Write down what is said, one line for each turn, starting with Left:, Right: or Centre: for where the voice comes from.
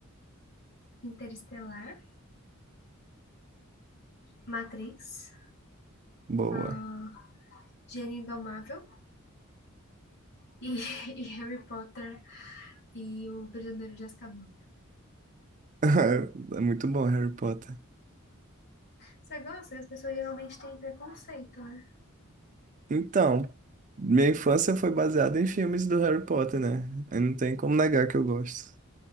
Left: Interestelar, Matrix,
Right: Boa.
Left: ah, Gênio Indomável e, <laughs> e Harry Potter e o Prisioneiro de Azkaban.
Right: <laughs> É muito bom, Harry Potter.
Left: Você gosta? As pessoas geralmente têm preconceito, né?
Right: Então, minha infância foi baseada em filmes do Harry Potter, né? Eu não tem como negar que eu gosto.